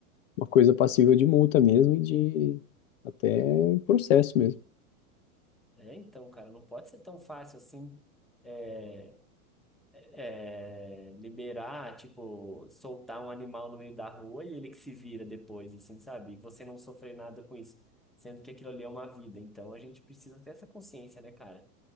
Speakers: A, on the left (about 55°); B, in the centre.
A: uma coisa passível de multa mesmo e de até processo mesmo.
B: é então, cara, não pode ser tão fácil assim é, é, liberar, tipo, soltar um animal no meio da rua e ele que se vira depois, assim, sabe? E você não sofrer nada com isso, sendo que aquilo ali é uma vida. Então a gente precisa ter essa consciência, né, cara?